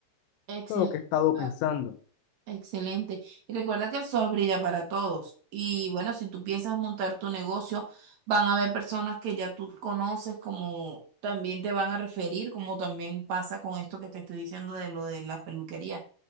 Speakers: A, on the left (about 80°); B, on the right (about 75°).
A: Eso
B: Excelente,
A: es lo que he estado
B: claro,
A: pensando.
B: excelente. Y recuerda que el sol brilla para todos. Y bueno, si tú piensas montar tu negocio, van a haber personas que ya tú conoces, como también te van a referir, como también pasa con esto que te estoy diciendo de lo de la peluquería.